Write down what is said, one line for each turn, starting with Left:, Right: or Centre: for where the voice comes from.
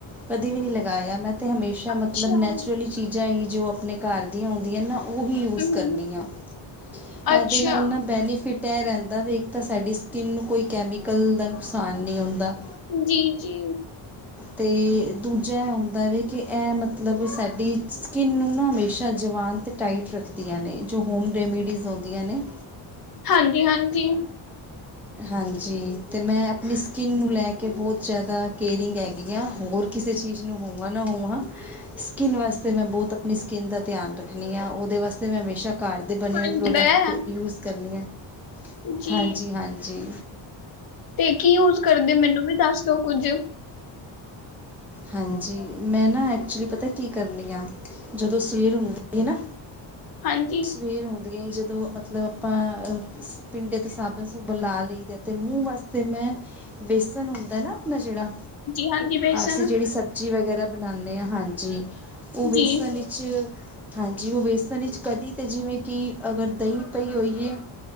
Centre: ਕਦੇ ਵੀ ਨੀ ਲਗਾਇਆ ਮੈਂ ਤੇ ਹਮੇਸ਼ਾ ਮਤਲਬ
Left: ਅੱਛਾ ਹੂੰ
Centre: ਨੈਚੁਰਲੀ ਚੀਜ਼ਾਂ ਹੀ ਜੋ ਆਪਣੇ ਘਰ ਦੀਆਂ ਹੁੰਦੀਆਂ ਨਾ ਉਹੀ ਯੂਜ ਕਰਨੀ
Left: ਹੂੰ
Centre: ਆ, ਇਹਦੇ
Left: ਅੱਛਾ
Centre: ਨਾਲ ਨਾ ਬੈਨੀ ਫਿਟ ਐ ਰਹਿੰਦਾ ਬਈ ਇਕ ਤਾਂ ਸਾਡੀ ਸਕਿੰਨ ਨੂੰ ਕੋਈ ਕੈਮੀਕਲ ਦਾ ਨੁਕਸਾਨ ਨੀ ਹੁੰਦਾ।
Left: ਜੀ-ਜੀ।
Centre: ਤੇ ਦੂਜਾ ਏ ਹੁੰਦਾ ਵੇ ਕਿ ਇਹ ਮਤਲੱਬ ਸਾਡੀ ਸਕਿੰਨ ਨੂੰ ਨਾ ਹਮੇਸ਼ਾ ਜਵਾਨ ਤੇ ਟਾਈਟ ਰੱਖਦੀਆਂ ਨੇ ਜੋ ਹੋਮ ਰੈਮੀਡੀਜ਼ ਹੁੰਦੀਆਂ ਨੇ।
Left: ਹਾਂਜੀ-ਹਾਂਜੀ
Centre: ਹਾਂਜੀ ਤੇ ਮੈਂ ਆਪਣੀ ਸਕਿੰਨ ਨੂੰ ਲੈ ਕੇ ਬੋਹਤ ਜਾਦਾ ਕੇਅਰਿੰਗ ਹੈਗੀ ਹਾਂ ਹੋਰ ਕਿਸੇ ਚੀਜ਼ ਨੂੰ ਹੋਵਾ ਨਾ ਹੋਵਾ। ਸਕਿੰਨ ਵਾਸਤੇ ਮੈਂ ਬੋਹਤ ਆਪਣੀ ਸਕਿੰਨ ਦਾ ਧਿਆਨ ਰੱਖਣੀ ਹਾਂ ਉਹਦੇ ਵਾਸਤੇ ਮੈਂ ਹਮੇਸ਼ਾ ਘਰ ਘਰ ਦੇ ਬਣੇ
Left: ਹਾਂਜੀ
Centre: ਹੋਏ ਪ੍ਰੋਡਕਟ
Left: ਮੈਂ
Centre: ਯੂਜ ਕਰਨੀ ਆ
Left: ਜੀ
Centre: ਹਾਂਜੀ-ਹਾਂਜੀ।
Left: ਤੇ ਕੀ ਯੂਜ ਕਰਦੇ ਮੈਨੂੰ ਵੀ ਦੱਸ ਦੋ ਕੁੱਝ।
Centre: ਹਾਂਜੀ ਮੈਂ ਨਾ ਐਕਚੁਲੀ ਪਤਾ ਕੀ ਕਰਨੀ ਆ ਜਦੋਂ ਸਵੇਰ ਹੁੰਦੀ ਹੈ ਨਾ
Left: ਹਾਂਜੀ
Centre: ਸਵੇਰ ਹੁੰਦੀਆਂ ਹੀ ਜਦੋਂ ਮਤਲੱਬ ਆਪਾਂ ਅ ਪਿੰਡੇ ਤੇ ਸਾਬਣ- ਸੁੂਬਣ ਲਾ ਲਈ ਦਾ। ਅਤੇ ਮੂੰਹ ਵਾਸਤੇ ਮੈਂ ਬੇਸਣ ਹੁੰਦਾ ਨਾ ਆਪਣਾ ਜਿਹੜਾ
Left: ਜੀ ਹਾਂਜੀ ਬੇਸਨ
Centre: ਅਸੀਂ ਜਿਹੜੀ ਸਬਜ਼ੀ ਵਗੈਰਾ ਬਣਾਨੇ ਹਾਂ ਹਾਂਜੀ ਉਹ ਵੇਸਣ
Left: ਜੀ
Centre: ਵਿੱਚ ਚ ਹਾਂਜੀ ਉਹ ਵੇਸਣ ਵਿੱਚ ਕਦੀ ਤੇ ਜਿਵੇਂ ਕਿ ਅਗਰ ਦਈ ਪਈ ਹੋਈ ਏ